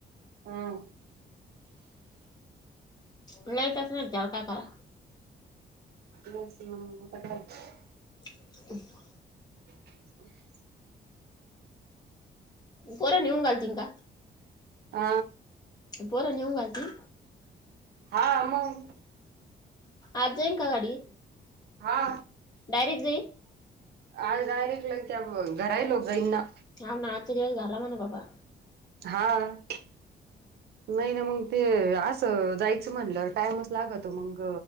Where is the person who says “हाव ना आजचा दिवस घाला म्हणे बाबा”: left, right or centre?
Left